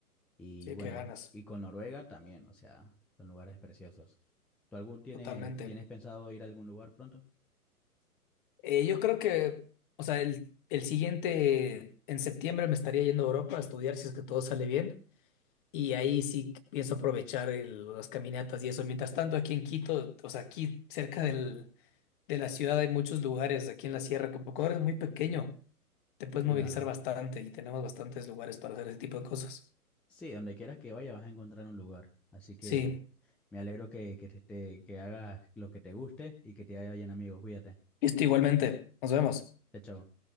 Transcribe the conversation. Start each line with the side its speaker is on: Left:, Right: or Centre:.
Centre: Y
Left: Sí,
Centre: bueno,
Left: qué ganas,
Centre: y con Noruega también, o sea, son lugares preciosos. ¿Tú algún tienes,
Left: totalmente.
Centre: tienes pensado ir a algún lugar pronto?
Left: Eh, yo creo que, o sea, el, el siguiente, en septiembre me estaría yendo a Europa a estudiar si es que todo sale bien. Y ahí sí pienso aprovechar el- las caminatas y eso. Mientras tanto, aquí en Quito, o sea, aquí cerca del, de la ciudad hay muchos lugares, aquí en la sierra, como Ecuador es muy pequeño, te puedes
Centre: Claro.
Left: movilizar bastante y tenemos bastantes lugares para hacer ese tipo de cosas.
Centre: Sí, donde quieras que vaya vas a encontrar un lugar. Así que
Left: Sí,
Centre: me alegro que, que, te, te- que hagas lo que te guste y que te haya bien amigos. Cuídate.
Left: listo, igualmente. Nos vemos.
Centre: Chao, chao.